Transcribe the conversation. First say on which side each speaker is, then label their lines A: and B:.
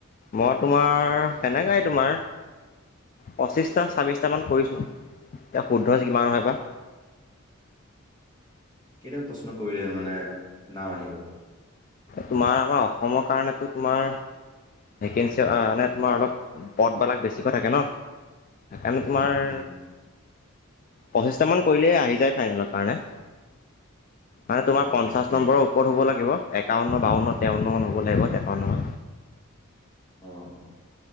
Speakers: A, on the left; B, on the left.
A: মই তোমাৰ হেনেকাই তোমাৰ। পঁচিছটা ছাব্বিছটামান কৰিছোঁ এতিয়া শুদ্ধ কিমান হয় বা।
B: কেইটাক প্ৰশ্ন কৰিলে মানে নাম আহিব।
A: তোমাৰ আমাৰ অসমৰ কাৰণেতো তোমাৰ ভেকেঞ্চি মে তোমাৰ অলপ পদবিলাক বেছিকৈ থাকে ন। আমি তোমাৰ
B: উম
A: পঁচিছটা মান কৰিলে আহি যায় ফাইনেলৰ কাৰণে। মানে তোমাৰ
B: অ
A: পঞ্চাশ
B: অ
A: নম্বৰৰ ওপৰত হ'ব লাগে। একাৱন্ন বাৱন্ন তেৱন্ন মান হ'ব লাগিব।
B: অ অ